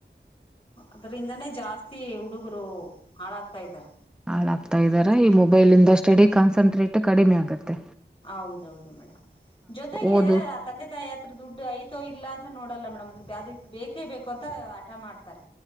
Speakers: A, on the left; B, in the centre.
A: ಅದರಿಿಂದಾನೇ ಜಾಸ್ತಿ ಹುಡುಗರು ಹಾಳಾಗ್ತಾ ಇದಾರೆ
B: ಹಾಳಾಗ್ತಾ ಇದಾರ ಈ ಮೊಬೈಲ್ಂದ ಸ್ಟಡಿ ಕಾನ್ಸನ್ಟ್ರೇಟ್ ಕಡಿಮೆ ಆಗತ್ತೆ
A: ಹೌದೌದು ಮೇಡಮ್ ಜೊತೆಗೆ
B: ಓದು
A: ತಂದೆ ತಾಯಿ ಹತ್ರ ದುಡ್ಡು ಯತ ಇಲ್ಲ ಅಂತ ನೋಡಲ್ಲ ಮೇಡಮ್ ಬೇಕ ಬೇಕುಂತ ಆಟ ಮಾಡ್ತ್ರೆ